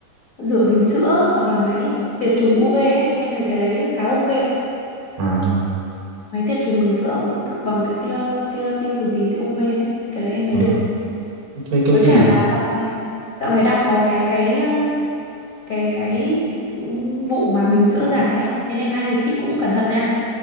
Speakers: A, on the left; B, on the right.
A: rửa bình sữa hoặc là máy tiệt trùng UV ấy em thấy cái đấy khá ok đấy
B: à,
A: máy tiệt trùng bình sữa cũng bằng cái tia tia tia cực tím tia UV đấy cái đấy em thấy
B: à
A: được
B: thấy có
A: với
B: cái
A: cả
B: gì
A: là
B: ta
A: dạo này dạo này đang có cái cái um, cái cái um, vụ mà bình sữa giả ấy thế nên anh với chị cũng cẩn thận nha